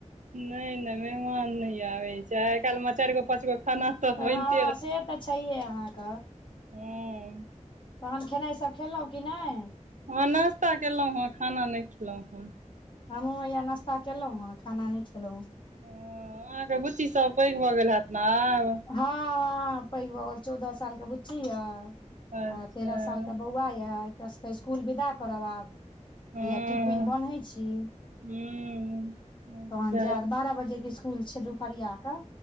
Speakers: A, on the right; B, on the left.
A: नहि नहि मेहमान नहि आबै छै आइ काल्हिमे चारि गो पाँच गो खाना
B: तऽ
A: बनिते
B: हँ से तऽ छैहे अहाँक
A: हूँ
B: तहन खेनाईसब खेलहुँ की नहि
A: हँ नास्ता केलहुँ हेँ खाना नहि खेलहुँ हेँ
B: हमहुँ हैया नाशा केलहुँ हेँ खाना नहि खेलहुँ हँ
A: हं अहाँके बुच्ची सब पैघ भऽ गेल हैत ने आब
B: हँ पैघ भगेल चौदह साल के बुच्ची यऽ
A: अच्छा
B: आ तेरह सालके बौआ यए एकरा सबके इसकुल विदा करब आब
A: हँ
B: हैया टिफिन बन्है छी
A: हूँ अच्छा
B: तहन जायत बारह बजे के इसकुल छै दुपहरिया कऽ